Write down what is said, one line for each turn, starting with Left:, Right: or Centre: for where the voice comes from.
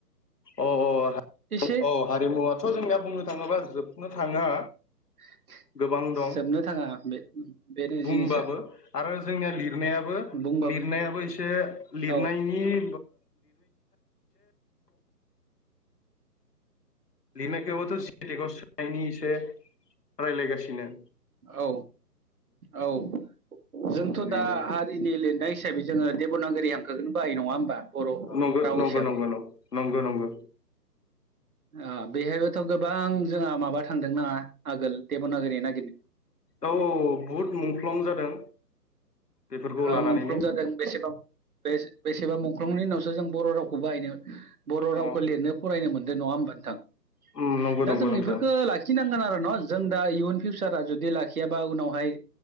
Left: अ अ
Right: एसे
Left: अ हारिमुवाथ' जोंनिया बुंनो थाङोबा जोबनो थाङा
Right: <inaudible>
Left: गोबां दं
Right: जोबनो थाङा बे बेनो
Left: बुंबाबो
Right: जिनिसा
Left: आरो जोंनिया लिरनायाबो बो
Right: बुंबाबो
Left: लिरनायाबो इसे लिरनायनि
Right: औ
Left: <inaudible> लिरनायखोबोथ' <inaudible> सोनायनि एसे रायलायगासिनो
Right: औ औ जोंथ'
Left: बिनो
Right: दा हारिनि लिरनाय हिसाबै जोङो देबनागिरि हांखोखोनो बाहायो नङा होम बा बर'खौ
Left: नंगौ
Right: राव
Left: नंगौ
Right: हिसाबै
Left: नंगौ नंगौ नंगौ नंगौ
Right: ओ बेहायबोथ' <inaudible> बां जोंहा माबा थांदों नोङा आगोल देबनागिरि ना
Left: औ बुहुद मुंख्लं जादों बेफोरखौ
Right: ओ
Left: लानानैनो
Right: मुंख्लं जादों बेसे बां बे-बेसेबा मुंख्लंनि उनावसो जों बर' रावखौ बाहायनो बर' रावखौ
Left: अ
Right: लिरनो फरायनो मोनदो नवा होमबा नोथां
Left: उम नंगौ
Right: दा
Left: नंगौ
Right: जों
Left: नोंथां
Right: इफोरखो लाखिनांगोन आरो न' जों दा इयुन फिउसारा जुदि लाखियाबा उनावहाय